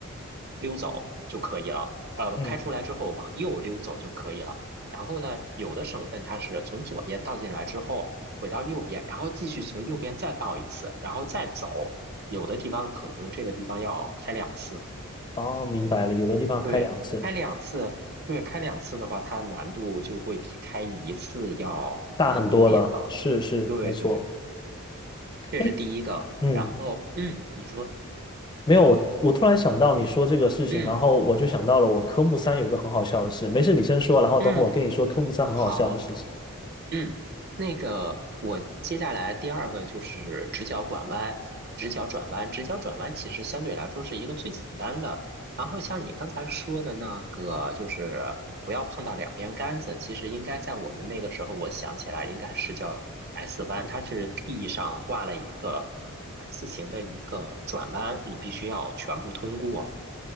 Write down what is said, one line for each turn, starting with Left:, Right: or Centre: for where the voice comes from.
Right: 溜走就可以了。呃，
Left: 嗯，
Right: 开出来之后往右溜走就可以了。然后呢，有的省份它是从左边倒进来之后回到右边，然后继续从右边再倒一次，然后再走。有的地方可能这个地方要开两次，
Left: 哦，明白了，有的地方开两次，
Right: 对，开两次，对，开两次的话，它难度就会比开一次要难一点了。
Left: 大很多了，是是，
Right: 对对，
Left: 没错，
Right: 这是第一个。
Left: 哎。嗯，
Right: 然后，嗯，你说，
Left: 没有，我我突然想到你说这个事情，
Right: 嗯
Left: 然后我就想到了我科目三有个很好笑的事。没事，你先说，然后等会我跟你说科目三很好笑的事情。
Right: 嗯，好。嗯，那个我接下来第二个就是直角拐弯，直角转弯，直角转弯其实相对来说是一个最简单的。然后像你刚才说的那个，就是不要碰到两边杆子，其实应该在我们那个时候，我想起来应该是叫 S 弯，它是地上画了一个 S 型的一个转弯，你必须要全部通过。